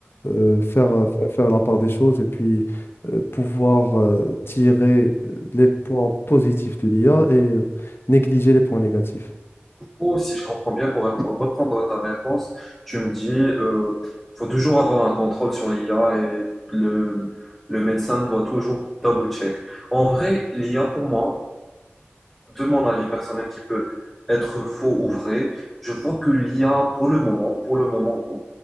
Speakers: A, on the left; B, in the centre.
A: euh, faire, euh, fa- faire la part des choses et puis euh, pouvoir euh, tirer euh, les points positifs de l'IA et euh, négliger les points négatifs.
B: coup, si je comprends bien, pour reprendre ta réponse, tu me dis, euh, faut toujours avoir un contrôle sur l'IA et le, le médecin doit toujours double-check. En vrai, l'IA pour moi, de mon avis personnel qui peut être faux ou vrai, je vois que l'IA pour le moment, pour le moment,